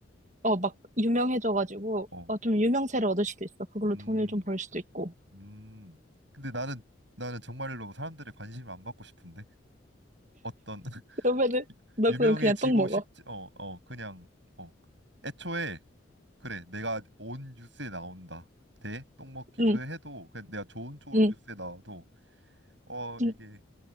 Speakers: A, on the right; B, on the right.
A: 어, 막 유명해져가지고,
B: 어.
A: 어, 좀 유명세를 얻을 수도 있어. 그걸로
B: 음,
A: 돈을 좀 벌 수도 있고.
B: 음. 근데 나는, 나는 정말로 사람들의 관심을 안 받고 싶은데? 어떤, <laughs>
A: 그러면은 너
B: 유명해지고
A: 그럼 그냥 똥 먹어.
B: 싶지, 어, 어, 그냥, 어. 애초에, 그래, 내가 온 뉴스에 나온다. 대, 똥먹기.
A: 응,
B: 이걸 해도, 그냥 내가 좋은 쪽으로
A: 응,
B: 뉴스에 나와도, 어, 이게
A: 응,